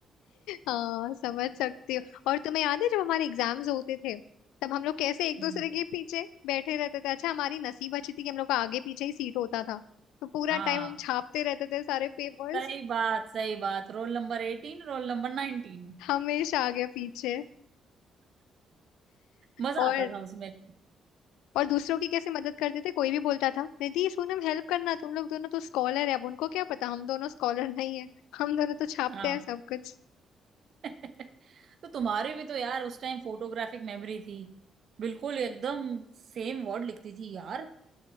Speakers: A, on the left (about 75°); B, on the right (about 60°).
A: हाँ समझ सकती हूँ और तुम्हें याद है जब हमारे एग्जाम्स होते थे तब हम लोग कैसे एक
B: हम्म,
A: दूसरे के पीछे बैठे रहते थे अच्छा हमारी नसीब अच्छी थी कि हम लोग का आगे पीछे ही सीट होता था तो पूरा
B: हाँ
A: टाइम हम छापते रहते थे सारे पेपर्स
B: सही बात सही बात रोल नंबर एटीन रोल नंबर नाइनटीन
A: हमेशा आगे पीछे
B: मजा
A: और
B: आता था उसमें
A: और दूसरों की कैसे मदद करते थे कोई भी बोलता था निधि सुन हम हेल्प करना तुम लोग दोनों तो स्कॉलर है अब उनको क्या पता हम दोनों स्कॉलर नहीं है हम दोनों तो छापते
B: हाँ
A: हैं सब कुछ
B: <laughs> तो तुम्हारी भी तो यार उस टाइम फोटोग्राफिक मेमोरी थी बिल्कुल एकदम सेम वर्ड लिखती थी यार